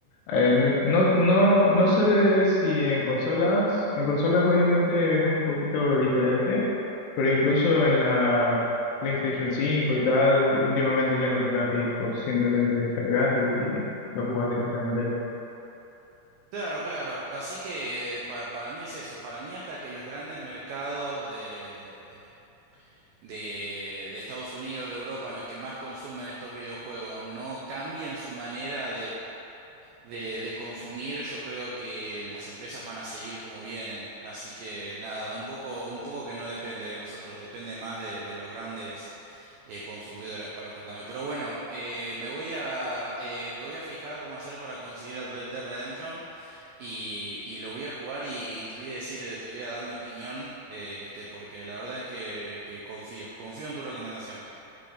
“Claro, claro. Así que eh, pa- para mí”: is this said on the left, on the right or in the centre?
Right